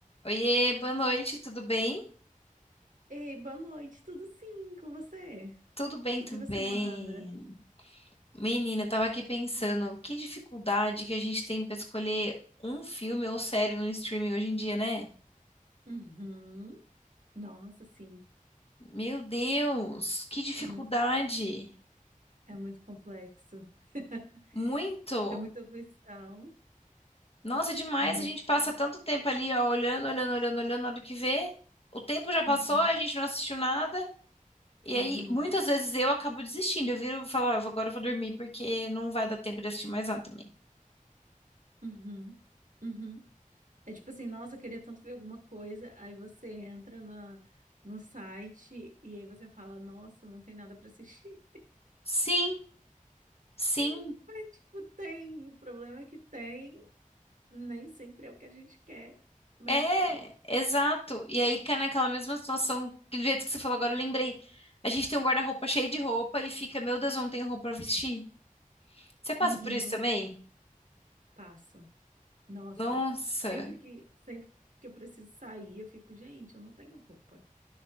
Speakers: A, on the left; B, on the right.
A: Oiê, boa noite, tudo bem?
B: Ei, boa noite, tudo sim com você?
A: Tudo bem
B: O
A: também.
B: que você manda?
A: Menina, eu tava aqui pensando, que dificuldade que a gente tem pra escolher um filme ou série no streaming hoje em dia, né?
B: Uhum. Nossa, sim,
A: Meu Deus, que dificuldade!
B: é muito, é muito complexo. <laughs>
A: Muito!
B: É muita opção,
A: Nossa, é demais,
B: muita.
A: a gente passa tanto tempo ali, ó, olhando, olhando, olhando, olhando, na hora que vê, o tempo já passou,
B: Uhum,
A: a gente não assistiu nada, e
B: uhum,
A: aí muitas vezes eu acabo desistindo, eu viro e falo, ó, eu vou- agora eu vou dormir porque não vai dar tempo de assistir mais nada também.
B: uhum, uhum. É tipo assim, nossa, eu queria tanto ver alguma coisa. Aí você entra na, no site e aí você fala, nossa, não tem nada pra assistir.
A: Sim, sim,
B: <laughs> Mas, tipo, tem. O problema é que tem. Nem sempre é o que a gente quer, mas
A: É,
B: tem.
A: exato. E aí cai naquela mesma situação que do jeito que você falou agora, eu lembrei. A gente tem um guarda-roupa cheio de roupa e fica, meu Deus, eu não tenho roupa pra vestir. Você passa
B: Uhum.
A: por isso também?
B: Passa. Nossa,
A: Nossa,
B: sempre que sempre que eu preciso sair, eu fico, gente, eu não tenho roupa.